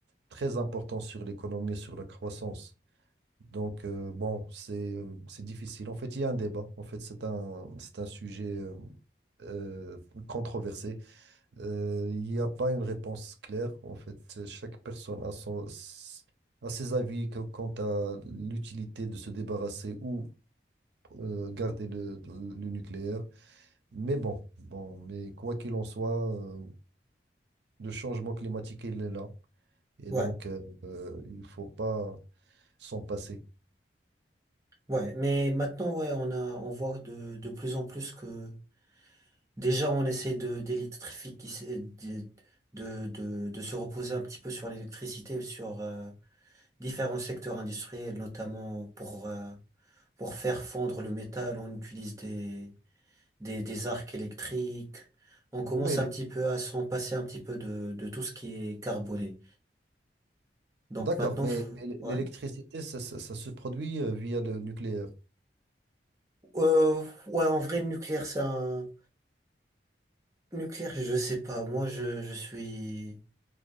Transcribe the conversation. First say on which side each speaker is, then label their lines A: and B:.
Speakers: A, on the right; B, on the right.
A: très important sur l'économie, sur la croissance. Donc, euh, bon, c'est euh, c'est difficile. En fait, il y a un débat. En fait, c'est un, c'est un sujet euh, euh, controversé. Euh, Il n'y a pas une réponse claire. En fait, chaque personne a son, s- a ses avis que- quant à l'utilité de se débarrasser ou euh, garder le, le nucléaire. Mais bon, bon, mais quoi qu'il en soit, euh, le changement climatique, il est là. Et
B: Ouais.
A: donc, euh, euh, il faut pas s'en passer.
B: Ouais. Mais maintenant, ouais, on a, on voit de, de plus en plus que, déjà, on essaie de, d'électrifier, qui s'est- de, de, de, de se reposer un petit peu sur l'électricité, sur, euh, différents secteurs industriels, notamment pour, euh, Pour faire fondre le métal, on utilise des, des, des arcs électriques. On commence
A: Mais,
B: un
A: l'é-
B: petit peu à s'en passer un petit peu de, de tout ce qui est carboné. Donc
A: d'accord,
B: maintenant,
A: mais,
B: faut-
A: mais l'électricité,
B: ouais.
A: ça, ça- ça se produit euh, via le nucléaire.
B: Euh, ouais, en vrai, le nucléaire, c'est un... Nucléaire, je sais pas. Moi, je, je suis...